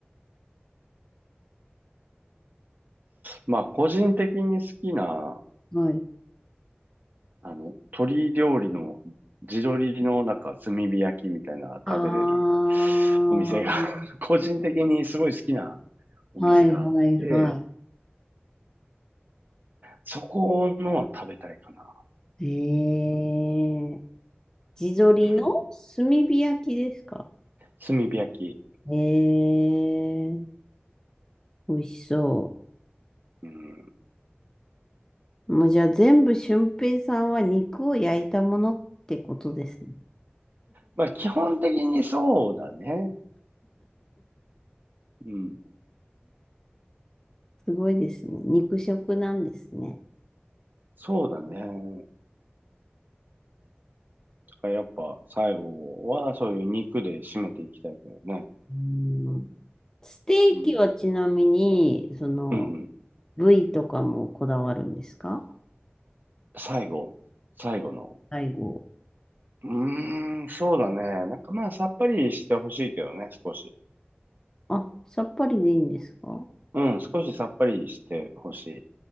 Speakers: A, on the right (about 50°); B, on the left (about 15°).
A: まあ、個人的に好きな
B: はい。
A: あの、鶏料理の地鶏のなんか炭火焼きみたいな食べれる
B: ああ、
A: お店が <laughs> 個人的にすごい好きなお店があって、
B: はいはいはい。
A: そこの食べたいかな。
B: ええ地鶏の
A: うん。
B: 炭火焼きですか
A: 炭火焼き。
B: ええ美味しそ
A: うん。
B: う。もうじゃあ全部俊平さんは肉を焼いたものってことですね。
A: まあ基本的にそうだね。うん。
B: すごいですね。肉食なんですね。
A: そうだね。だからやっぱ最後はそういう肉で締めていきたいけどね。
B: うん。ステーキはちなみに、
A: うん。
B: その、
A: うんうん。
B: 部位とかもこだわるんですか
A: 最後、最後の
B: 最後。
A: うーん、そうだね。なんかまあ、さっぱりしてほしいけどね、少し。
B: あ、さっぱりでいいんですか
A: うん、少しさっぱりしてほしい。